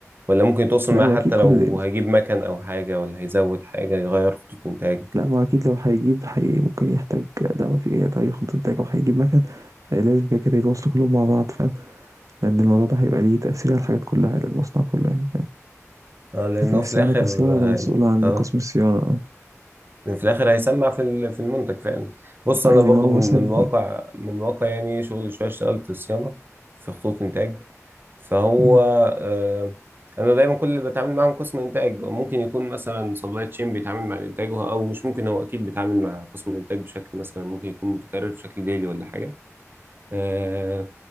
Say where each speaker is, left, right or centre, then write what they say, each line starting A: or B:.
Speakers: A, on the right; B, on the right.
A: ولا ممكن يتواصل
B: لا
A: معاه
B: هو
A: حتى
B: اكيد
A: لو
B: كل ده
A: هيجيب مكن أو حاجة ولا هيزود حاجة يغير خطوط إنتاج
B: لا ما هو اكيد لو هيجيب حي ممكن يحتاج لا ما في أي تغيير خط انتاج او هيجيب مكن آه، لازم كده كده يتواصلوا كلهم مع بعض فاهم لان الموضوع ده هيبقى ليه تاثير على الحاجات كلها للمصنع كله يعني
A: اه لانه
B: لكن الصيانة
A: في الاخر
B: كصيانة
A: هي...
B: ده مسؤول عن
A: اه
B: قسم الصيانة اه
A: لأن في الاخر هيسمع في ال- في المنتج فعلا بص
B: آه،
A: انا
B: يعني
A: برضو
B: ما هو
A: من
B: مثلا
A: من واقع من واقع يعني شغلي شويه اشتغلت صيانه في خطوط انتاج فهو
B: مم،
A: آه انا دايما كل اللي بتعامل معاهم قسم انتاج ممكن يكون مثلا سبلاي تشين بيتعامل مع الانتاج وه- او مش ممكن هو اكيد بيتعامل مع قسم الانتاج بشكل مثلا ممكن يكون متكرر بشكل ديلي ولا حاجه آه،